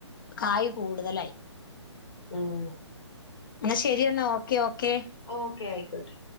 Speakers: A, on the left; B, on the left.
A: കായ് കൂടുതലായി.
B: ഉം
A: എന്നാ ശരിയെന്നാ ഓക്കേ ഓക്കേ
B: ഓക്കെ ആയിക്കോട്ടെ